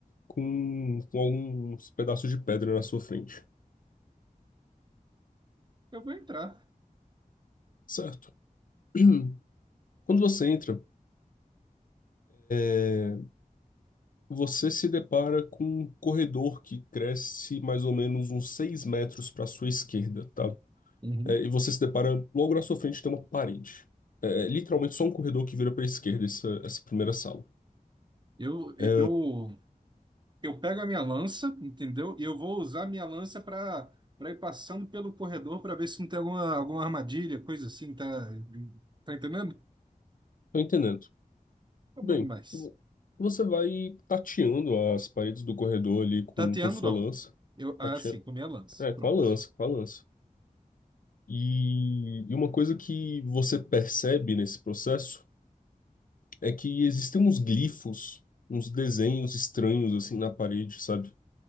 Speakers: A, on the left; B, on the right.
A: com, com alguns pedaços de pedra na sua frente,
B: Eu vou entrar.
A: certo? <clears throat> Quando você entra, é, Você se depara com um corredor que cresce mais ou menos uns 6 metros para sua esquerda, tá?
B: Uhum.
A: É, e você se depara logo na sua frente tem uma parede. É, é literalmente só um corredor que vira para a esquerda essa, essa primeira sala.
B: Eu, eu,
A: É,
B: eu pego a minha lança, entendeu? E eu vou usar a minha lança para para ir passando pelo corredor para ver se não tem alguma, alguma armadilha, coisa assim, tá, tá entendendo?
A: Tô entendendo.
B: Tá bom
A: Bem,
B: demais.
A: vo- você vai tateando as paredes do corredor ali com,
B: Tateando,
A: com sua
B: não.
A: lança.
B: Eu, ah,
A: Tateando,
B: sim, com a minha lança.
A: é, com
B: Pronto.
A: a lança, com a lança. E, e uma coisa que você percebe nesse processo é que existem uns glifos, uns desenhos estranhos assim na parede, sabe?